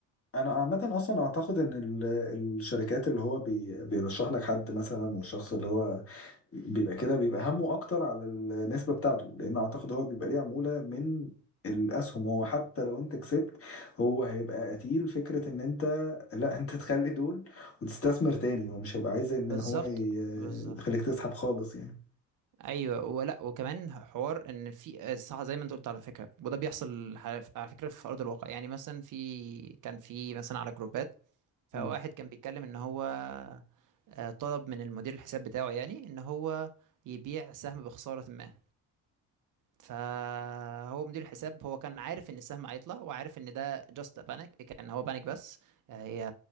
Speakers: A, on the left; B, on the right.
A: انا عامة اصلا اعتقد ان ال... الشركات اللي هو بي... بيرشح لك حد مثلا والشخص اللي هو بيبقى كده بيبقى همه اكتر على النسبه بتاعته لان اعتقد هو بيبقى ليه عموله من الاسهم هو حتى لو انت كسبت هو هيبقى قتيل فكره ان انت <laughs> لا انت تخلي دول وتستثمر تاني هو مش هيبقى عايز ان
B: بالظبط
A: هو ي-
B: بالظبط
A: يخليك تسحب خالص يعني
B: ايوه ولا وكمان حوار ان في آه، صح زي ما انت قلت على فكره وده بيحصل على على فكره في ارض الواقع يعني مثلا في كان في مثلا على جروبات فواحد
A: مم.
B: كان بيتكلم ان هو آه، طلب من المدير الحساب بتاعه يعني ان هو يبيع سهم بخسارة ما فهو مدير الحساب هو كان عارف ان السهم هيطلع وعارف ان ده جاست بانيك كان هو بانيك بس هي